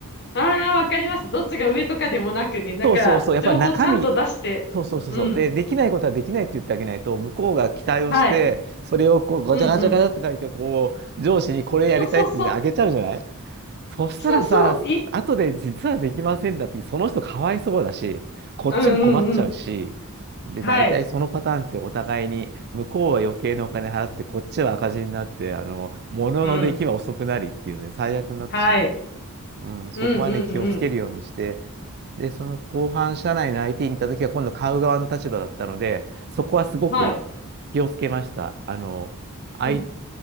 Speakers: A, on the left; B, on the right.
A: ああ、わかります。どっちが上とかでもなくね。なんか、
B: そうそうそう。やっぱ中身、
A: 情報ちゃんと出して。
B: そうそうそうそう。
A: うん。
B: で、できないことはできないって言ってあげないと、向こうが期待をして、
A: はい。
B: それをこうガチャガチャガチャって書いて、
A: うんうん。
B: こう、上司にこれやりたいってあげちゃうじゃない
A: そうそうそう。
B: そしたらさ、
A: そうそう。いい。
B: 後で実はできませんだって、その人かわいそうだし、こっちも困っちゃうし、
A: うんうんうん。
B: で、
A: はい。
B: 大体そのパターンってお互いに、向こうは余計なお金払って、こっちは赤字になって、あの、物の出来は遅くなりっていうね、
A: うん。
B: 最悪になってしまう。
A: はい。
B: うん、そこはね、
A: うんうんうん。
B: 気をつけるようにして、で、その後半、社内の IT に行った時は、今度買う側の立場だったので、そこはすごく気をつけました。
A: はい。
B: あの、あい、
A: うん